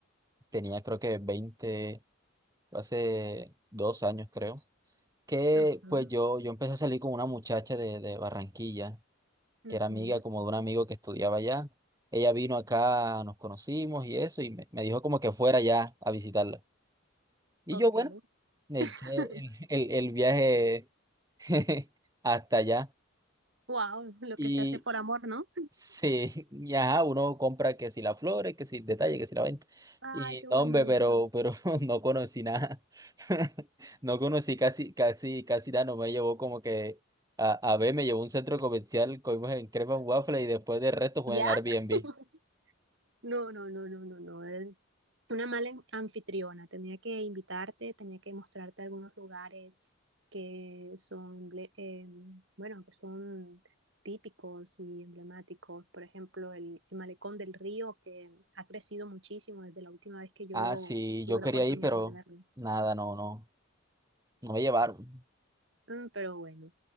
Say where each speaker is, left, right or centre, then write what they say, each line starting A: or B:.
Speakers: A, on the right; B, on the right.
A: tenía creo que veinte hace dos años creo, que
B: Ujú,
A: pues yo, yo empecé a salir con una muchacha de, de Barranquilla,
B: ujú.
A: que era amiga como de un amigo que estudiaba allá. Ella vino acá, nos conocimos y eso, y me, me dijo como que fuera ya a visitarla. Y
B: Ok.
A: yo, bueno, me eché
B: <laughs>
A: el, el el viaje <laughs> hasta allá.
B: Wow, lo
A: Y
B: que se hace por amor, ¿no?
A: sí, <laughs> y ajá, uno compra que si las flores, que si el detalle, que si la venta.
B: Ay,
A: Y
B: qué bonito.
A: no, hombre, pero, pero <laughs> no conocí nada. <laughs> No conocí casi, casi, casi nada. No me llevó como que a, a ver, me llevó a un centro comercial, comimos en Crepa and Waffle y después del resto fue
B: ¿Ya?
A: en el Airbnb.
B: <laughs> No, no, no, no, no, no. eh, una mala en- anfitriona. Tenía que invitarte, tenía que mostrarte algunos lugares que son, emble- em, bueno, que son típicos y emblemáticos. Por ejemplo, el, el Malecón del Río, que ha crecido muchísimo desde la última vez que yo
A: Ah, sí,
B: tuve
A: yo quería
B: la oportunidad
A: ir, pero
B: de verlo.
A: nada, no, no, no me llevaron.
B: Mm, pero bueno,